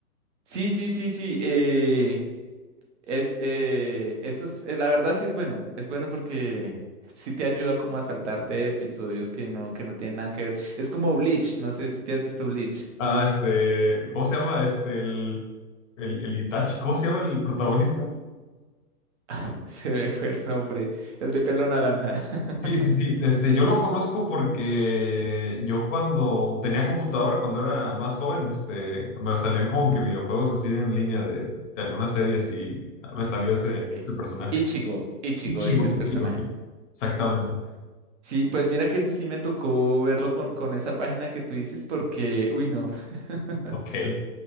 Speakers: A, on the right (about 50°); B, on the left (about 55°).
A: Sí, sí, sí, sí. eh, Es, eh, eso es, eh, la verdad sí es bueno, es bueno porque <laughs> sí te ayuda como a saltarte episodios que no, que no tienen nada que ver. Es como Bleach, no sé si te has visto Bleach,
B: Ah, este, ¿cómo se llama? Este, el, el, el Itachi, ¿cómo se llama el protagonista?
A: <laughs> se me fue el nombre, el de pelo naranja. <laughs>
B: Sí, sí, sí, este, yo lo conozco porque yo cuando tenía computadora, cuando era más joven, este, me salían como que videojuegos así en línea de, de algunas series y me salió ese,
A: Ok.
B: ese personaje.
A: Ichigo, Ichigo
B: Un chico,
A: es el
B: un
A: personaje.
B: chico, sí, exactamente.
A: Sí, pues mira que ese sí me tocó verlo con, con esa página que tú dices porque, uy, no. <laughs>
B: Ok.